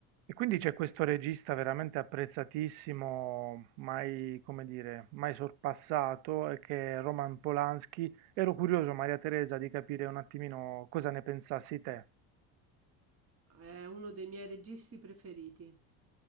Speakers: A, on the right (about 75°); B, on the right (about 35°).
A: E quindi c'è questo regista veramente apprezzatissimo, mai, come dire, mai sorpassato, eh, che è Roman Polanski. Ero curioso, Maria Teresa, di capire un attimino cosa ne pensassi te.
B: È uno dei miei registi preferiti.